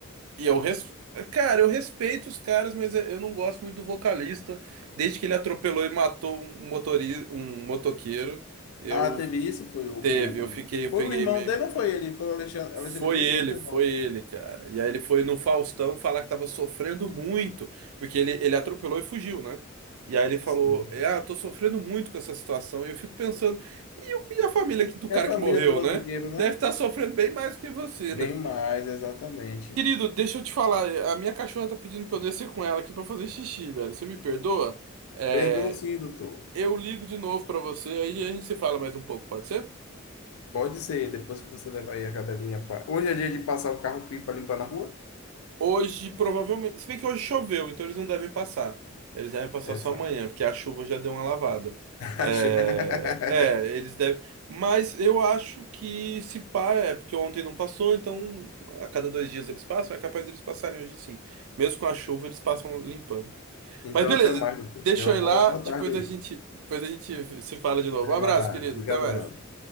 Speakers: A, on the right; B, on the left.
A: E eu res... Cara, eu respeito os caras, mas eu não gosto muito do vocalista. Desde que ele atropelou e matou um motorista, um motoqueiro, eu
B: Ah, teve isso? Foi o, o,
A: teve, eu fiquei,
B: o-
A: eu
B: foi
A: peguei
B: o irmão
A: meio.
B: dele ou foi ele? Foi o Alexandre, Alexandre
A: Foi
B: Pires
A: ele,
B: ou foi
A: foi
B: o irmão?
A: ele, cara. E aí ele foi no Faustão falar que tava sofrendo muito, porque ele, ele atropelou e fugiu, né? E aí ele falou,
B: Sim.
A: é, ah, eu tô sofrendo muito com essa situação. E eu fico pensando, e, o- e a família do cara
B: É a família
A: que morreu,
B: do motoqueiro,
A: né?
B: né?
A: Deve estar sofrendo bem mais que você,
B: Bem
A: né?
B: mais, exatamente.
A: Querido, deixa eu te falar, eh, a minha cachorra tá pedindo pra eu descer com ela aqui pra fazer xixi, velho. Você me perdoa? É,
B: Perdoa sim, doutor.
A: eu ligo de novo pra você, aí a gente se fala mais um pouco, pode ser?
B: Pode ser, depois que você levar aí a cadelinha. pra- Hoje é dia de passar o carro-pipa limpar na rua?
A: Hoje, provavelmente. Se bem que hoje choveu, então eles não devem passar. Eles devem passar
B: Exato.
A: só amanhã, porque a chuva já deu uma lavada.
B: <laughs>
A: É, é, eles devem. Mas eu acho que se pá, é porque ontem não passou, então a cada dois dias eles passam, é capaz deles passarem hoje sim. Mesmo com a chuva, eles passam limpando.
B: Então,
A: Mas beleza,
B: até mais, doutor.
A: deixa
B: Tenha uma
A: eu ir
B: boa,
A: lá,
B: boa
A: depois
B: tarde aí.
A: a gente, depois a gente se fala de novo.
B: Até
A: Um abraço,
B: mais.
A: querido.
B: Obrigadão.
A: Até mais.